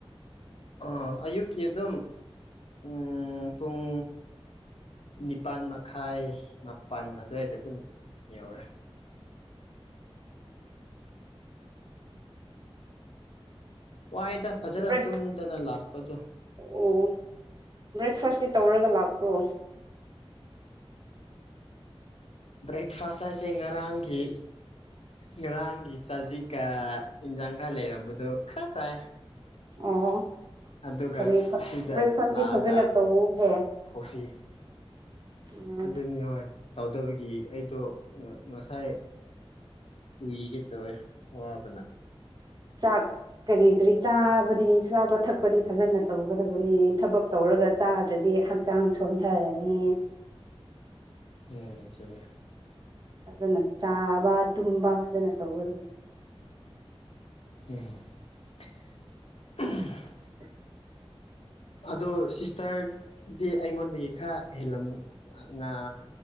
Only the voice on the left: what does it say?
ꯑ ꯑꯌꯨꯛꯀꯤ ꯑꯗꯨꯝ ꯎꯝ ꯄꯨꯡ ꯅꯤꯄꯥꯜ ꯃꯈꯥꯏ ꯃꯥꯄꯜ ꯑꯗꯨꯋꯥꯏꯗ ꯑꯗꯨꯝ ꯌꯧꯔꯦ ꯋꯥꯏꯗ ꯐꯖꯅ
ꯇꯨꯝꯗꯅ ꯂꯥꯛꯄꯗꯣ
ꯕ꯭ꯔꯦꯛ ꯐꯥꯥꯁ ꯍꯥꯏꯁꯦ ꯉꯔꯥꯡꯒꯤ ꯉꯔꯥꯡꯒꯤ ꯆꯥꯖꯤꯛ ꯀ ꯏꯟꯖꯥꯡꯒ ꯂꯩꯔꯝꯕꯗꯨ ꯈꯔ ꯆꯥꯏ
ꯑꯗꯨꯒ
ꯑꯁꯤꯗ
ꯂꯥꯛꯑꯒ
ꯀꯣꯐꯤ
ꯑꯗꯨꯅꯤ ꯍꯣꯏ꯫ ꯇꯧꯗꯕꯒꯤ ꯑꯩꯗꯣ ꯉꯁꯥꯏ ꯎꯏꯒꯦ ꯇꯧꯋꯦ꯫ ꯋꯥꯕꯅ꯫
ꯎꯝ ꯆꯨꯃꯦ꯫
ꯎꯝ꯫ <unintelligible>
ꯑꯗꯣ ꯁꯤꯁꯇꯔꯗꯤ ꯑꯩꯉꯣꯟꯗꯒꯤ ꯈꯔ ꯍꯦꯜꯂꯝꯥ